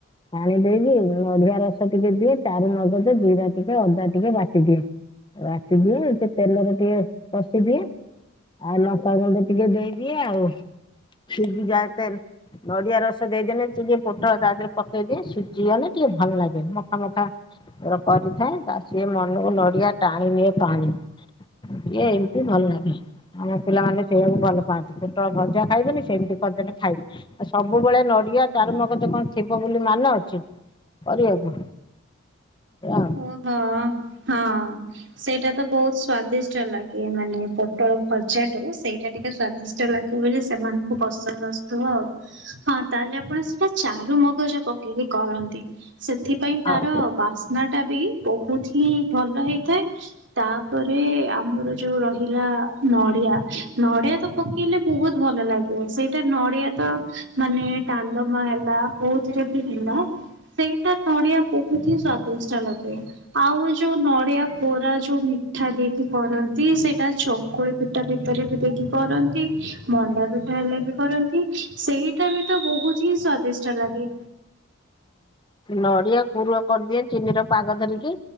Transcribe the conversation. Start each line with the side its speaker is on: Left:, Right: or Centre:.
Left: ଛାଣି ଦେଇକି ନଡିିଆ ରସ ଟିକେ ଦିଏ ଚାରୁ ମଗଦ ଜିରା ଟିକେ ଅଦା ଟିକେ ବାଟିଦିଏ। <unintelligible> ଦିଅ ସେ ତେଲରେ ଟିକେ କଷି ଦିଏ। ଆଉ ଲଙ୍କା ଗୁଣ୍ଡ ଟିକେ ଦେଇଦିଏ ଆଉ, ସିଝି ଯାଏ ତେ ନଡିଆ ରସ ଦେଇଦେଲେ ଟିକେ ପୋଟଳ ତା ଦେହରେ ପକେଇଦିଏ ସିଝିଗଲେ ଟିକେ ଭଲ ଲାଗେ ମଖା ମଖା କରିଥାଏ ତା ସିଏ ମନକୁ ନଡିଆ। ଟାଣିଏନି ପାଣି ଇଏ ଏମତି ଭଲ ଲାଗେ, ଆମ ପିଲାମାନେ ସେଇଆକୁ ଭଲ ପାଆନ୍ତି, ପୋଟଳ ଭଜା ଖାଇବେନି ସେମିତି କରିଦେଲେ ଖାଇବି ଆଉ ସବୁବେଳେ ନଡିଆ ଚାରୁମଗ କଣ ଥିବ ବୋଲି ମାନେ ଅଛି କରିବାକୁ। ଆଉ।
Right: ଓ ହ। ହଁ ସେଇଟା ତ ବହୁତ ସ୍ଵାଦିଷ୍ଟ ଲାଗେ ମାନେ ପୋଟଳ ଭଜା ଠୁ ସେଇଟା ଟିକେ ସ୍ଵାଦି ଲାଗେ ବୋଲି ସେମାନଙ୍କୁ ପସନ୍ଦ ଆସୁଥିବ ଆଉ, ହଁ ତାହେଲେ ଆପଣ ସେଟା ଚାରୁ ମଗଜ ପ ଟିକେ କରନ୍ତି। ସେଥିପାଇଁ ତାର
Left: ଆଉ
Right: ବାସ୍ନା। ଟା ବି ବହୁତ ହିଁ ଭଲ ହେଇଥାଏ, ତାପରେ ଆମର ଯୋଉ ରହିଲା ନଡିଆ ନଡିଆ ତ ପକେଇଲେ ବହୁତ ଭଲ ଲାଗେ, ସେଇଟା ନଡିଆ ତ ମାନେ ଡାଲମା ହେଲା କୋଉଥିରେ ବି ହେଲା ସେଇଟା ନଡିଆ ବୋହୁତ ହିଁ ସ୍ଵାଦିଷ୍ଟ। <unintelligible> ଆଉ ଯୋଉ ନଡିଆ କୋରା ଯୋଉ ମିଠା ଦେଇକି କରନ୍ତି ସେଇଟା ଚକୁଳି ପିଠା ଭିତରେ ବି ଦେଇକି କରନ୍ତି ମଣ୍ଡା ପିଠା ହେଲେ ବି କରନ୍ତି ସେଇଟା ବି ତ ବହୁତ ହିଁ ସ୍ଵାଦିଷ୍ଟ ଲାଗେ।
Left: ନଡିଆ ପୁର କରିଦିଏ। ଚିନିର ପାଗ ଧରିକି